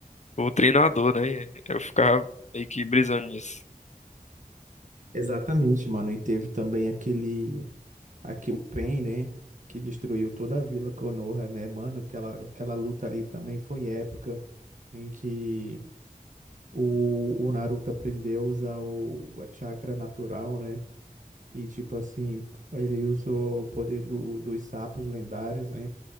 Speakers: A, on the left; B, on the right.
A: o o treinador né eu ficava meio que brisando nisso
B: Exatamente, mano. E teve também aquele, aqui o Pain, né? Que destruiu toda a Vila Konoha, né, mano? Aquela, aquela luta ali também foi épica, em que o, o Naruto aprendeu a usar o, a chakra natural, né? E tipo assim, ele usou o poder do, dos sapos lendários, né?